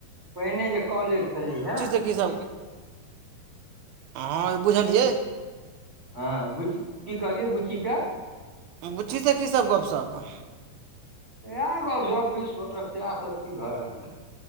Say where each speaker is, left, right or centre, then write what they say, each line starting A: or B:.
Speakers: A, on the right; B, on the right.
A: पहिने जे कॉलेज छलै हे
B: देखी जा हँ बुझलियै
A: हँ बुच्ची की कहलियै बुच्चीे ट
B: बुचछी से कीसभ गपशप
A: इएह गपस फीस फोटक सएह सब क घर अङ्ग,